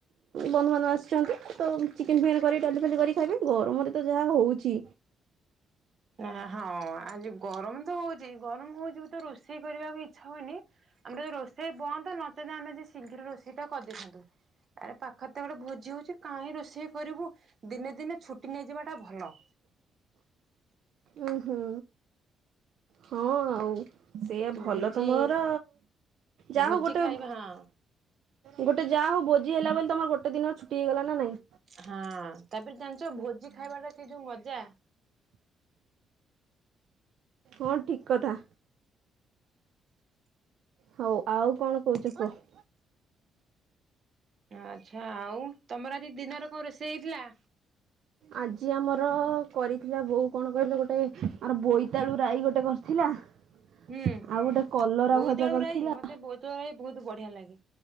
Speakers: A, on the right; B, on the right.
A: ବନ୍ଧୁବାନ୍ଧୁବ ଆସୁଛନ୍ତି ତ ଚିକେନ୍ ଫିକେନ କରି ଡାଲି କରି ଖାଇବେ ଗରମରେ ତ ଯାହା ହୋଉଛି
B: ନା ହଁ ଆଜି ଗରମ ତ ହୋଉଛି ଗରମ ହୋଉଛି ତ ରୋଷେଇ କରିବାକୁ ଇଚ୍ଛା ହୋଉନି ଆମର ରୋଷେଇ ବନ୍ଦ ନଚେତେ ଆମେ ଆଜି ଶୀଘ୍ର ରୋଷେଇ ଟା କରିଦେଇଥାନ୍ତୂ। ଏ ପାଖରେ ତ ଗୋଟେ ଭୋଜି ହୋଉଛି କାଇଁ ରୋଷେଇ କରିବୁ। ଦିନେ ଦିନେ ଛୁଟି ନେଇଯିବା ଟା ଭଲ।
A: ଉ ହୁଁ ହଁ ଆଉ ସେଇଆ ଭଲ
B: ଭୋଜି
A: ତମର ଯା
B: ଭୋଜି
A: ହୋଉ ଗୋଟେ
B: ଖାଇବା ହଁ
A: ଗୋଟେ ଯାହା ହୋଉ ଭୋଜିି ହେଲା ବୋଲି ତମର ଗୋଟେ ଦିନ ଛୁଟି ହେଇଗଲା ନା ନାଇଁ।
B: ହଁ ତାପରେ ଜାଣିଛ ଭୋଜି ଖାଇବା ଟା ସେ ଯୋଉ ମଜା।
A: ହଁ ଠିକ କଥା। ହଉ ଆଉ କଣ କହୁଛ
B: ଆଁ
A: କୁହ।
B: ଆଚ୍ଛା ଆଉ ତମର ଆଜି ଦିନରେ କଣ ରୋଷେଇ ହେଇଥିଲା?
A: ଆଜି ଆମର କରିଥିଲା ବୋଉ କଣ କହିଲ ଗୋଟେ ଆର ବୋଇତାଳୁ ରାଇ ଗୋଟେ କରିଥିଲା। ଆଉ
B: ହୁଁ
A: ଗୋଟେ କଲରା
B: ବୋଇତାଳୁ
A: ଭଜା କରିଥିଲା।
B: ରାଇ ମତେ ବୋଇତାଳୁରା ବି ବହୁତ ବଢିଆ ଲାଗେ